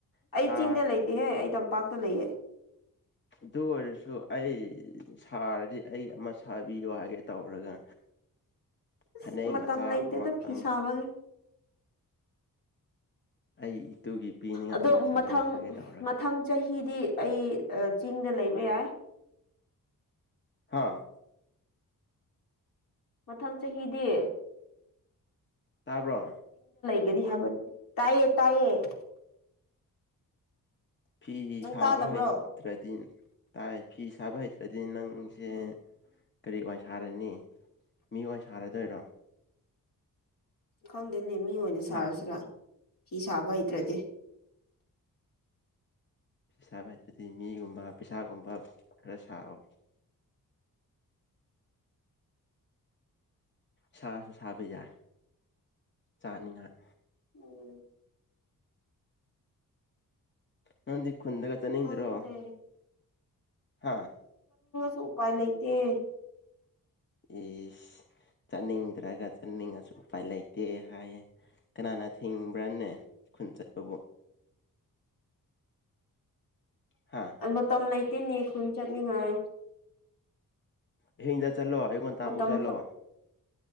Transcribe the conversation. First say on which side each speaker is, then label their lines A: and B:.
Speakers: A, on the left; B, on the left.
A: ꯁꯥꯔ
B: ꯑꯩ ꯆꯤꯡꯗ ꯂꯩꯇꯦꯍꯦ ꯑꯩ ꯇꯝꯄꯥꯛ ꯇ ꯂꯩꯌꯦ
A: ꯑꯗꯨ ꯑꯣꯏꯔꯁꯨ ꯑꯩ ꯁꯥꯔꯗꯤ ꯑꯩ ꯑꯃ ꯁꯥꯕꯤꯌꯣ ꯍꯥꯏꯒꯦ ꯇꯧꯔꯒ ꯐꯅꯦꯛ
B: ꯑꯁ ꯃꯇꯝ
A: ꯃꯆꯥ
B: ꯂꯩꯇꯦꯗ
A: ꯑꯃꯈꯛꯇꯪ
B: ꯐꯤ ꯁꯥꯕꯒꯤ
A: ꯑꯩ ꯏꯇꯨꯒꯤ ꯄꯤꯅꯤꯡꯉꯥꯏ
B: ꯑꯗꯣ
A: ꯑꯃ ꯁꯥꯕꯤꯌꯨ
B: ꯃꯊꯪ
A: ꯍꯥꯏꯒꯦ ꯇꯧꯔꯒꯦ
B: ꯃꯊꯪ ꯆꯍꯤꯗꯤ ꯑꯩ ꯑ ꯆꯤꯡꯗ ꯂꯩꯕ ꯌꯥꯏ
A: ꯍꯥꯥ
B: ꯃꯊꯪ ꯆꯍꯤꯗꯤ
A: ꯇꯥꯕ꯭ꯔꯣ
B: ꯅꯤ ꯍꯥꯏꯕ ꯇꯥꯢꯌꯦ ꯇꯥꯢꯌꯦ
A: ꯐꯤ ꯁꯥꯕ
B: ꯇꯥꯗꯕ꯭ꯔꯣ
A: ꯍꯩꯇ꯭ꯔꯗꯤ ꯇꯥꯏ ꯐꯤ ꯁꯥꯕ ꯍꯩꯇ꯭ꯔꯗꯤ ꯅꯪ ꯁꯦ
B: ꯎꯝ
A: ꯀꯔꯤ ꯑꯣꯏꯅ ꯁꯥꯔꯅꯤ ꯃꯤ ꯑꯣꯏꯅ ꯁꯥꯔꯗꯣꯏꯔꯣ
B: ꯈꯪꯗꯦꯅꯦ ꯃꯤ ꯑꯣꯏꯅ ꯁꯥꯔꯁꯤꯔ
A: ꯍꯥ
B: ꯐꯤ ꯁꯥꯕ ꯍꯩꯇ꯭ꯔꯗꯤ
A: ꯐꯤ ꯁꯥꯕ ꯍꯩꯇꯗꯤ ꯃꯤꯒꯨꯝꯕ ꯄꯩꯁꯥꯒꯨꯝꯕ ꯈꯔ ꯁꯥꯋꯣ ꯁꯥꯁꯨ ꯁꯥꯕ ꯌꯥꯏ ꯆꯥꯅꯤꯡꯉꯥꯏ
B: ꯎꯝ
A: ꯅꯪꯗꯤ ꯈꯨꯟꯗꯒ ꯆꯠꯅꯤꯡꯗ꯭ꯔꯣ
B: ꯈꯪꯗꯦ
A: ꯍꯥ
B: ꯁꯨ ꯎꯄꯥꯏ ꯂꯩꯇꯦ
A: ꯏꯁ ꯆꯠꯅꯤꯡꯗ꯭ꯔꯒ ꯆꯠꯅꯤꯡꯉꯁꯨ ꯎꯄꯥꯏ ꯂꯩꯇꯦ ꯍꯥꯏꯌꯦ ꯀꯅꯥꯅ ꯊꯤꯡꯕ꯭ꯔꯅꯦ ꯈꯨꯟ ꯆꯠꯄꯕꯨ
B: <inaudible>
A: ꯍꯥ
B: ꯃꯇꯝ ꯂꯩꯇꯦꯅꯦ ꯈꯨꯟ ꯆꯠꯅꯤꯡꯉꯥꯏ
A: ꯑꯍꯤꯡꯗ ꯆꯠꯂꯣ ꯑꯌꯨꯛꯉꯟꯇꯥ
B: ꯃꯇꯝ
A: ꯃꯨꯛ ꯆꯠꯂꯣ